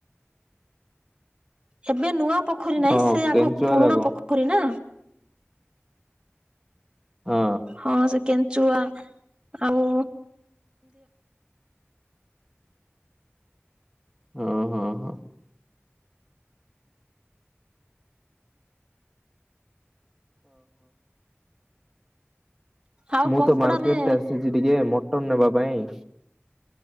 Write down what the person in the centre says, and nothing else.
ହଁ
କେଞ୍ଚୁଆ
ଯାକ
ହଁ
<inaudible>
ମୁଁ
ତ ମାର୍କେଟ୍
ଆସି ଟିକେ ମଟନ୍‌ ନେବା ପାଇଁ।